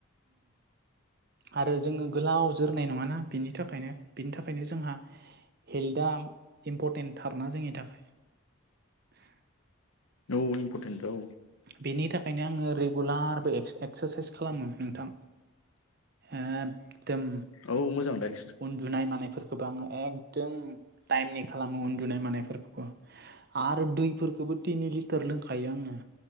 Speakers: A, on the right; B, on the left.
A: आरो जोङो गोलाव जोरनाय नङाना बेनि थाखायनो बिनि थाखायनो जोंहा हेल्थआ इम्परटेन्टथारनाा जोंनि थाखाय <inaudible>
B: औ इमपर्टेन्ट औ
A: बेनि थाखायनो आङो रेगुलारबो एक्सारसाइस खालामो नोंथां एदिम
B: औ मोजां दाय
A: उन्दुनाय मानायफोरखौबो आङो एकदम टाइमनि खालामो उन्दुनाय मानायफोरखौ आरो दैफोरखौबो तिनि लिटार लोंखायो आङो